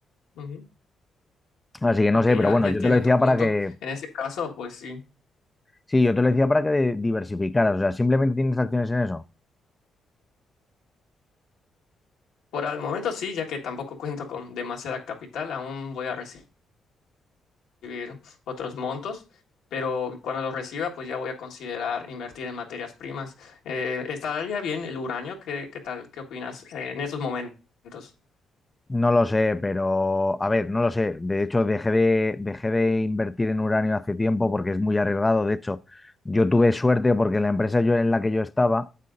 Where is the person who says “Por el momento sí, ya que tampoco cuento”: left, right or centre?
Left